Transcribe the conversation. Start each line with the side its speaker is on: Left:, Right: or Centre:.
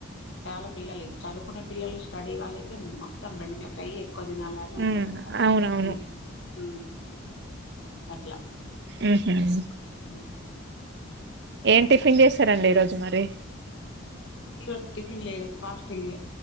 Left: చాలా పిల్లలివి దువుకునే పిల్లలు స్టడీ వాళ్ళు అయితే మొత్తం బెండకాయ ఫ్రై కొదినేల అని అంటారు
Right: హ్మ్.
Left: కదా.
Right: అవునవును.
Left: ఉ ఉ అట్లా
Right: ఊహు
Left: ఉ
Right: ఏం టిఫిన్ చేశారండి ఈ రోజు మరి
Left: ఈరోజ టిఫిన్ లేదు. ఫాస్టింగే